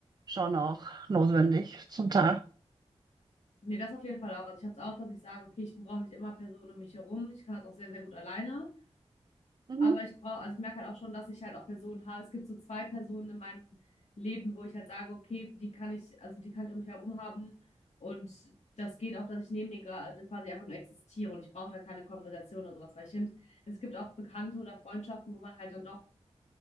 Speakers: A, on the right; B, on the left.
A: schon auch notwendig zum Teil.
B: Nee, das auf jeden Fall auch. Also ich habe es auch, dass ich sage, okay, ich brauche nicht immer Personen um mich herum. Ich kann das auch sehr, sehr gut alleine.
A: Mhm.
B: Aber ich brauche, also ich merke halt auch schon, dass ich halt auch Personen habe. Es gibt so zwei Personen in meinem Leben, wo ich halt sage, okay, die kann ich, also die kann ich um mich herum haben. Und das geht auch, dass ich neben denen gerade quasi einfach nur existiere und ich brauche da keine Konversation oder sowas. Weil ich finde, es gibt auch Bekannte oder Freundschaften, wo man halt dann doch